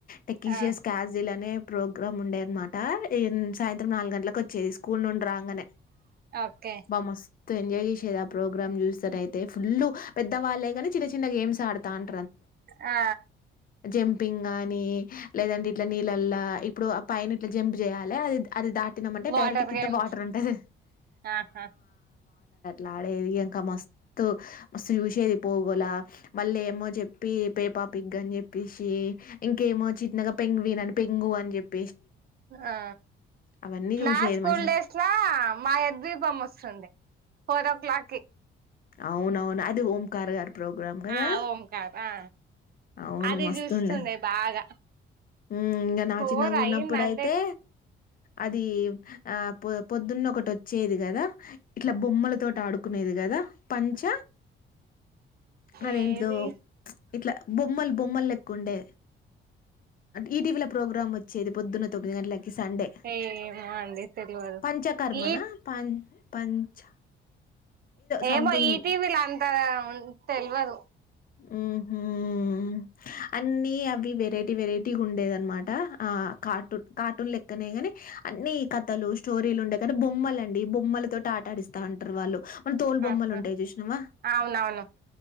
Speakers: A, on the left; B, on the right.
A: టెక్లిషియస్
B: ఆ
A: కాజిల్ అనే ప్రోగ్రామ్ ఉండె అన్మాట. ఎ ఇం సాయంత్రం నాలుగు గంటలకు వచ్చేది స్కూల్ నుండి రాంగనే!
B: ఓకే
A: బ మస్ తో ఎంజాయ్ చేసేది ఆ ప్రోగ్రామ్ చూస్తనయితే ఫుల్ పెద్దవాళ్ళే కాని చిన్న చిన్న గేమ్స్ ఆడుతాన్
B: ఆ
A: జంపింగ్ గాని, లేదంటె ఇట్లా నీళ్ళల్ల ఇప్పుడు, ఆ పైన ఇట్లా జంప్ చేయాలి. అది అది దా ఎత్తినామంటె
B: వాటర్
A: డైరెక్ట్ కింత
B: గేమ్స్
A: వాటర్ ఉంటంది.
B: ఆహా
A: లాడేది ఎంక మస్తు మస్తు చూసేది పోగోలా. మల్లి ఏమో చెప్పి పేపాపిగ్ అని చెప్పేసి, ఇంకేమో, చిన్నగా పెంగ్విన్ అని పెంగు అని చెప్
B: ఆ
A: అవన్నీ జూశేది
B: నా స్కూల్
A: మంచిగా.
B: డేస్ లా, మాయ ద్వీపం వస్తుండె. ఫోర్ ఓ క్లాక్కి.
A: అవునవును అది ఓంకార్ గారు ప్రోగ్రామ్ కదా!
B: ఆ ఓంకార్ ఆ
A: అవును
B: అది
A: మస్తుండే.
B: చూస్తుండే బాగా
A: మ్మ్ ఇంక నా
B: ఫోర్
A: చిన్నగున్నప్పుడయితే,
B: అయ్యిందంటే
A: అది ఆ పొ పొద్దున్న ఒకటి వచ్చేది కదా! ఇట్లా బొమ్మలతోటి ఆడుకునేది కదా! పంచ అదేంటిదో
B: ఏది
A: ఇట్లా బొమ్మలు బొమ్మలు లెక ఉండే ఈటీవీల ప్రోగ్రామ్ వచ్చేది పొద్దున్న తొమిది గంటలకి సండే
B: ఏమో అండి తెల్వదు
A: పంచకర్మన
B: ఈ
A: ప ప పంచ సంథింగ్
B: అబ్బో ఈటీవీల అంతా తెల్వదు
A: ఉమ్మ్ మ్మ్ అని ఆ అవి వెరైటీ వెరైటీ ఉండేది అనమాట ఆ కార్టూన్ కార్టూన్ లెక్కనే కానీ అన్నిీ కథలు స్టోరీలు ఉండేయి కానీ బొమ్మల అండి బొమ్మల తోటి ఆట ఆడిస్తా ఉంటారు వాళ్ళు మన తోలు బొమ్మలు
B: ఆహా
A: ఉంటాయి చూసినావా
B: అవునవును